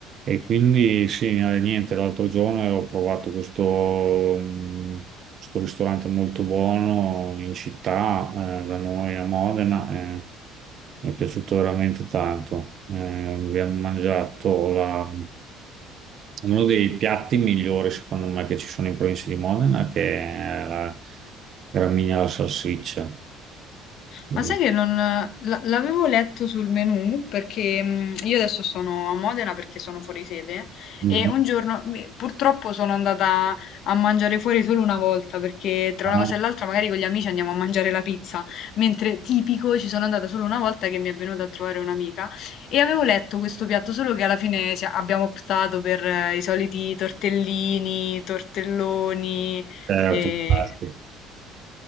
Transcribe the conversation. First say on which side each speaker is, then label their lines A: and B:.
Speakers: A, on the right; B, on the left.
A: E quindi sì, eh, niente, l'altro giorno ho provato questo, mm, questo ristorante molto buono in città, eh, da noi a Modena, e mi è piaciuto veramente tanto. Eh, abbiamo mangiato la- uno dei piatti migliori, secondo me, che ci sono in provincia di Modena, che è la gramigna alla salsiccia. Mm.
B: Ma sai che non la- l'avevo letto sul menù perché mh, io adesso sono a Modena perché sono fuori sede
A: Mm.
B: e un giorno beh, purtroppo sono andata a mangiare fuori solo una volta perché tra
A: Ah,
B: una cosa e l'altra magari con gli amici andiamo a mangiare la pizza, mentre tipico ci sono andata solo una volta che mi è venuta a trovare un'amica e avevo letto questo piatto solo che alla fine si- abbiamo optato per eh, i soliti tortellini, tortelloni,
A: certo,
B: eh,
A: ah, sì.